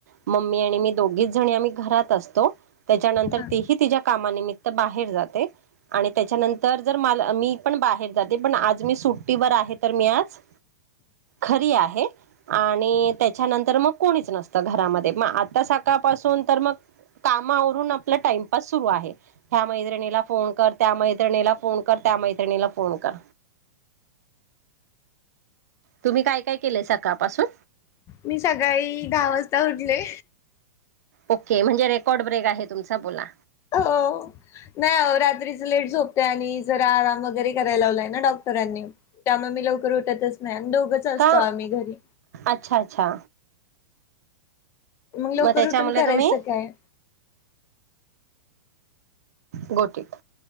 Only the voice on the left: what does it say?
हां.
मी सकाळी दहा वाजता उठले.
हो नाही हो रात्रीच लेट झोपते आणि जरा आराम वगैरे कराय लावलाय ना डॉक्टरांनी. त्यामुळे मी लवकर उठतच नाही आणि दोघंच असतो
आम्ही घरी.
मग लवकर
उठून करायचं
काय.